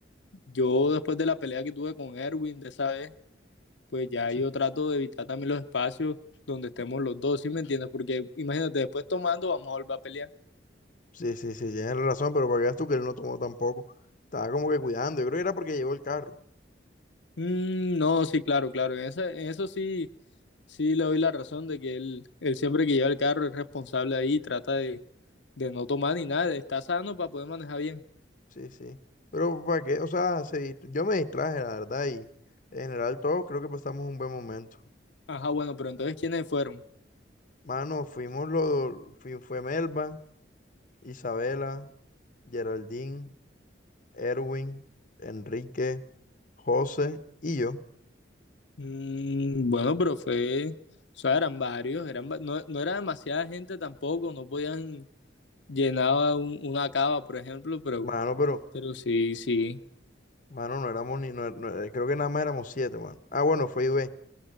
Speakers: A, on the left (about 85°); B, on the left (about 45°).
A: yo después de la pelea que tuve con Erwin de esa vez, pues ya
B: Sí,
A: yo trato de evitar también los espacios donde estemos los dos, ¿sí me entiendes? Porque imagínate, después tomando vamos a volver a pelear.
B: sí, sí, sí, tienes razón, pero para que veas tú que él no tomó tampoco. Estaba como que cuidando. Yo creo que era porque llevó el carro.
A: Mm, no, sí, claro, claro. En, esa- en eso sí, sí le doy la razón de que él, él siempre que lleva el carro es responsable ahí, trata de, de no tomar ni nada, está sano para poder manejar bien.
B: Sí, sí. Pero para qué, o sea, se dist- yo me distraje, la verdad, y en general todos creo que pasamos un buen momento.
A: Ajá, bueno, pero entonces ¿quiénes fueron?
B: Mano, fuimos los, fui- fue Melba, Isabela, Geraldine, Erwin, Enrique, José y yo.
A: Mm, bueno, pero fue, o sea, eran varios, eran, va- no, no era demasiada gente tampoco, no podían llenar un- una cava, por ejemplo, pero,
B: Mano, pero,
A: pero sí, sí.
B: mano, no éramos ni, no, no- creo que nada más éramos siete, mano. Ah, bueno, fue Ibe.